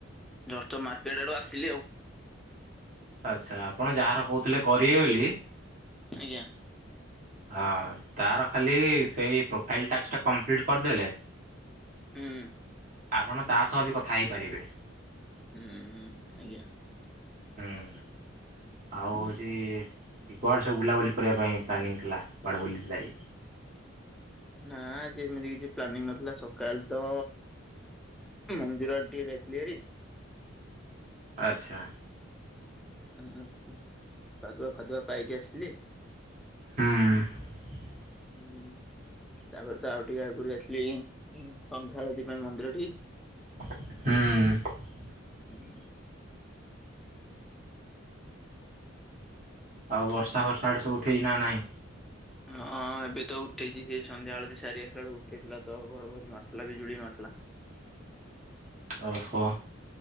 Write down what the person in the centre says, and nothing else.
ଜଷ୍ଟ ତ ମାର୍କେଟ ଆଡୁ ଆସିଲି ଆଉ।
ଆଜ୍ଞା।
ହୁଁ।
ହୁଁଉଉ ଆଜ୍ଞା।
ହୁଁ
ନାଆ ଆଜି ଏମିତି କିଛି ପ୍ଲାନିଙ୍ଗ୍ ନଥିଲା, ସକାଳ ତ ମନ୍ଦିର ଆଡେ ଟିକେ ଯାଇଥିଲି ହେରି।
ହୁଁହୁଁ ହୁଁ ପାଦୁଆଫାଦୁଆ ପାଇକି ଆସିଲି।
ହୁଁଉଉ ତାପରେ ତ ଆଉ ଟିକେ ଆଗରୁ ଯାଇଥିଲି ସନ୍ଧ୍ୟା ଆଳତୀ ପାଇଁ ମନ୍ଦିରଠି।
ହଁ
ହଁଅଅ ଏବେ ତ ଉଠେଇଛି ସେ ସନ୍ଧ୍ୟା ବେଳୁ ସାରି ଆସିଲା ବେଳକୁ ଉଠେଇଥିଲା ତ ଘଡଘଡି ମାରୁଥିଲା ବିଜୁଳି ମାରୁଥିଲା।